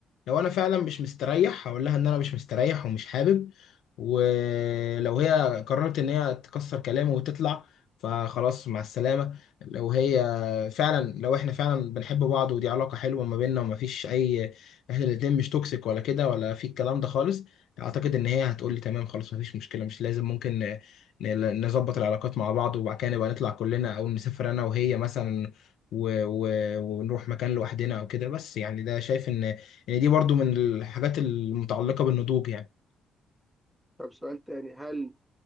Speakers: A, on the left; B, in the centre.
A: لو انا فعلا مش مستريح هقول لها ان انا مش مستريح ومش حابب ولو هي قررت ان هي تكسر كلامي وتطلع فخلاص مع السلامة لو هي فعلا لو احنا فعلا بنحب بعض ودي علاقة حلوة ما بيننا ومفيش اي احنا الاتنين مش توكسيك ولا كده ولا في الكلام ده خالص اعتقد ان هي هتقول لي تمام خلاص مفيش مشكلة مش لازم ممكن ن- ن- نظبط العلاقات مع بعض وبعد كده نبقى نطلع كلنا او نسافر انا وهي مثلا و... و... ونروح مكان لوحدنا او كده بس يعني ده شايف ان يعني دي برضو من الحاجات المتعلقة بالنضوج يعني
B: طب سؤال تاني هل